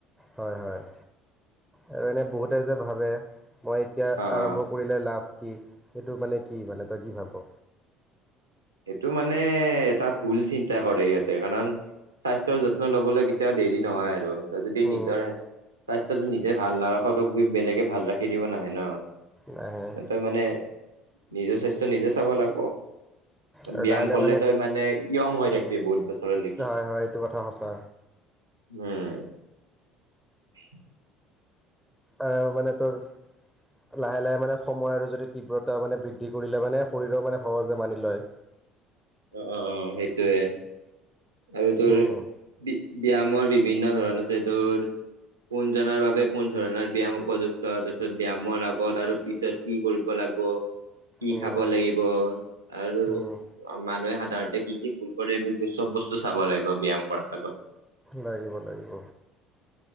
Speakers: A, in the centre; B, on the right (about 90°).
A: হয় হয় আৰু এনে বহুতে যে ভাবে মই এতিয়া
B: অ
A: আৰম্ভ
B: অ
A: কৰিলে লাভ। কি সেইটো মানে কি মানে তই কি ভাব।
B: সেইটো মানে এটা ভুল চিন্তা কৰে সিহঁতে কাৰণ স্বাস্থ্যৰ যত্ন লবলৈ কেতিয়া দেৰি নহয় আৰু যদি
A: উম
B: নিজৰ স্বাস্থ্য টো নিজে ভাল নাৰাখে তোক বেলেগে ভাল ৰাখি দিব নাহে ন।
A: নাহে
B: তই মানে নিজৰ স্বাস্থ্য নিজে চাব লাগিব।
A: আৰু
B: ব্যায়াম
A: লাহে লাহে
B: কৰিলে তই মানে য়ং হৈ থাকিবি বহুত বছৰলৈকি।
A: হয় হয় এইটো কথা সঁচা
B: উম।
A: আহ মানে তোৰ লাহে লাহে মানে সময় আৰু যদি তীব্ৰতা মানে বৃদ্ধি কৰিলে মানে শৰীৰও মানে সহজে মানি লয়।
B: অঁ অঁ অঁ সেইটোৱে আৰু তোৰ
A: উম
B: ব্যায়ামৰ বিভিন্ন ধৰণ আছে তোৰ। কোন জনৰ বাবে কোন ধৰণৰ ব্যয়াম উপযুক্ত তাৰপিছত ব্যয়ামৰ আগত আৰু পিছত কি কৰিব লাগে। কি
A: উম
B: খাব লাগিব আৰু
A: উম
B: অঁ মানুহে সাধাৰণতে কি কি ভুল কৰে এইবোৰ চব বস্তু চাব লাগিব ব্যায়াম কৰাৰ আগত
A: লাগিব লাগিব।